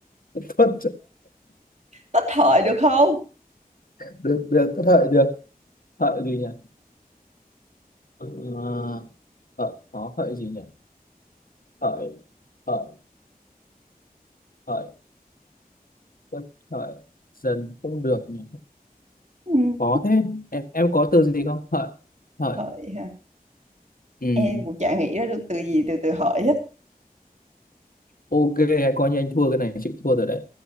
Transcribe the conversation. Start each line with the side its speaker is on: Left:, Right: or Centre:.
Left: tuất
Right: tuất hợi được không
Left: được được tuất hợi được hợi gì nhỉ Ờ, hợi có hợi gì nhỉ hợi hợi hợi tuất hợi dần cũng được nhỉ
Right: ừ.
Left: khó thế em em có từ gì không hợi hợi
Right: hợi hả
Left: ừ.
Right: em cũng chả nghĩ ra được từ gì từ từ hợi hết
Left: ok hay coi như anh thua cái này chịu thua rồi đấy